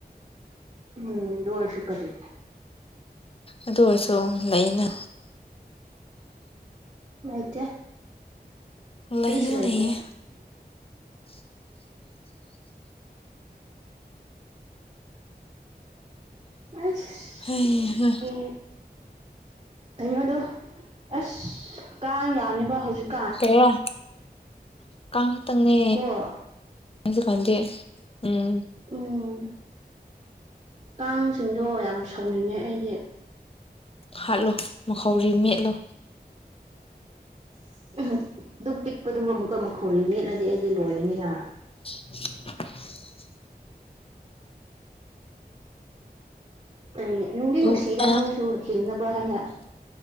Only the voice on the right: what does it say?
ꯎꯝ ꯗꯨ ꯑꯣꯏꯔꯁꯨ ꯀꯔꯤ
ꯂꯩꯇꯦ
ꯀꯔꯤꯁꯨ ꯂꯩꯇꯦ
ꯑꯁ
ꯏ ꯀꯩꯅꯣꯗꯣ ꯑꯁ ꯀꯥꯡ ꯌꯥꯝꯃꯦꯕ ꯍꯧꯖꯤꯛ
ꯀꯣ
ꯎꯝ ꯀꯥꯡꯁꯤꯡꯗꯣ ꯌꯥꯝ ꯁꯥꯎꯅꯤꯡꯉꯦ ꯑꯩꯗꯤ
<unintelligible> ꯗꯨꯛ ꯄꯤꯛꯄꯗꯨꯃ ꯃꯨꯛꯀ ꯃꯈꯧꯔꯤ ꯃꯦꯠꯂꯗꯤ ꯑꯩꯗꯤ ꯂꯣꯏꯔꯅꯦ ꯍꯥ
ꯎꯝ ꯅꯨꯡꯗꯤ
ꯅꯨꯡꯁꯤꯗ
ꯃꯣꯏꯁꯨ ꯍꯤꯡꯅꯕ ꯍꯏꯅ